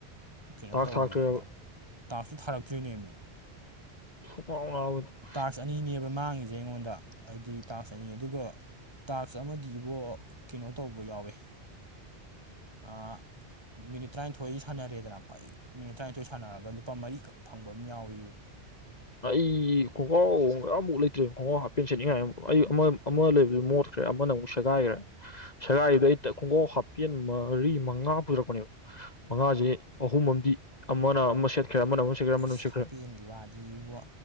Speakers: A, on the right (about 25°); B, on the left (about 40°).
A: ꯀꯩꯅꯣ
B: ꯇꯥꯛꯁ
A: ꯇꯧꯔꯤꯌꯦꯅ
B: ꯊꯥꯛꯇ꯭ꯔꯦꯕ
A: ꯇꯥꯛꯁꯇꯨ ꯊꯥꯔꯛꯇ꯭ꯔꯤꯅꯦꯃꯤ
B: <unintelligible>
A: ꯇꯥꯛꯁ ꯑꯅꯤꯅꯦꯕ ꯃꯥꯡꯉꯤꯁꯦ ꯑꯩꯉꯣꯟꯗ ꯍꯥꯏꯗꯤ ꯇꯥꯛꯁ ꯑꯅꯤ ꯑꯗꯨꯒ ꯇꯥꯛꯁ ꯑꯃꯗꯤ ꯏꯕꯣ ꯀꯩꯅꯣ ꯇꯧꯕ ꯌꯥꯎꯋꯦ ꯑꯥ ꯃꯤꯅꯤꯠ ꯇꯔꯥꯅꯤꯊꯣꯏ ꯁꯥꯟꯅꯔꯦꯗꯅꯀ꯭ꯋꯥ ꯑꯩ ꯃꯤꯅꯤꯠ ꯇꯔꯥꯅꯤꯊꯣꯏ ꯁꯥꯟꯅꯔꯒ ꯂꯨꯄꯥ ꯃꯔꯤꯈꯛ ꯐꯪꯕ ꯑꯃ ꯌꯥꯎꯋꯕ
B: ꯑꯩ ꯈꯣꯡꯒ꯭ꯔꯥꯎ ꯑꯝꯃꯨꯛ ꯂꯩꯇ꯭ꯔꯦ ꯈꯣꯡꯒ꯭ꯔꯥꯎ ꯍꯥꯞꯄꯦꯟ ꯁꯦꯠꯅꯤꯡꯉꯥꯏ ꯑꯃꯨꯛ ꯑꯩ ꯑꯃ ꯂꯩꯕꯗꯨ ꯃꯣꯠ ꯭ꯔꯦ ꯑꯃꯅ ꯑꯃꯨꯛ ꯁꯦꯒꯥꯏꯈ꯭ꯔꯦ ꯁꯦꯒꯥꯏꯔꯤꯗꯨꯗ ꯑꯩ ꯈꯣꯡꯒꯥꯎꯞ ꯍꯥꯞꯄꯤꯦꯟꯃ ꯃꯔꯤ ꯃꯉꯥ ꯄꯨꯖꯔꯛꯄꯅꯦꯕ ꯃꯉꯥꯁꯦ ꯑꯍꯨꯝ ꯑꯃꯗꯤ ꯑꯃꯅ ꯑꯃ ꯁꯦꯠꯈ꯭ꯔꯦ ꯑꯃꯅ ꯑꯃ ꯁꯦꯠꯈ꯭ꯔꯦ ꯑꯃꯅ
A: ꯑꯁ
B: ꯑꯃ ꯁꯦꯠꯈ꯭ꯔꯦ
A: ꯍꯥꯄꯦꯝꯒꯤ ꯋꯥꯗꯤ ꯋꯥ